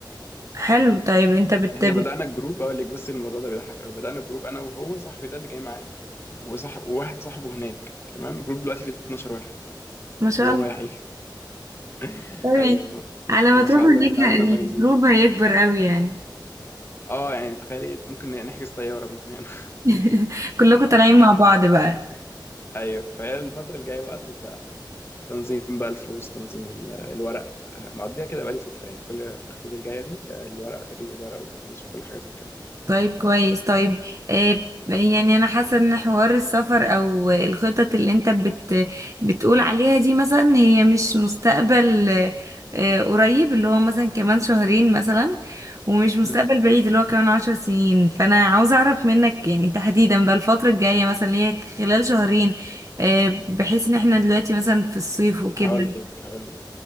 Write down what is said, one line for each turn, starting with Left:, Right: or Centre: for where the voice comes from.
Right: حلو طيب أنت بت...
Left: يعني
Right: بت...
Left: احنا بدانا الجروب اقول لك بصي الموضوع ده بيضحك قوي بدانا الجروب انا وهو صاحبي ده اللي جاي معايا وصح... وواحد صاحبه هناك تمام الجروب دلوقتي فيه 12 واحد
Right: ما شاء
Left: كلهم
Right: الله
Left: رايحين <laughs>
Right: طيب يعني
Left: ايوه
Right: على ما
Left: ما
Right: تروح
Left: شاء
Right: هناك
Left: الله يعني العدد
Right: ه- الجروب
Left: عمال يزيد
Right: هيكبر قوي يعني
Left: اه يعني تخيلي ممكن نحجز طياره من هنا
Right: <laughs> كلكم طالعين مع بعض بقى
Left: <laughs> ايوه فهي الفتره الجايه بقى تبقى تنظيم بقى الفلوس تنظيم ال- الورق آه، مقضيها كده بقى لي فتره يعني كل خطتي الجايه دي آه، الورق تجهيز الورق والفلوس وكل حاجه زي
Right: طيب كويس طيب آه يعني انا حاسه ان حوار السفر او الخطط اللي انت بت بتقول عليها دي مثلا هي مش مستقبل آه آه، قريب اللي هو مثلا كمان شهرين مثلا ومش مستقبل
Left: كده
Right: بعيد اللي هو كمان عشر سنين فانا عاوزه اعرف منك يعني تحديدا بقى الفتره الجايه مثلا اللي هي خلال شهرين آه بحيث ان احنا دلوقتي مثلا في الصيف وكده
Left: هقول لك هقول لك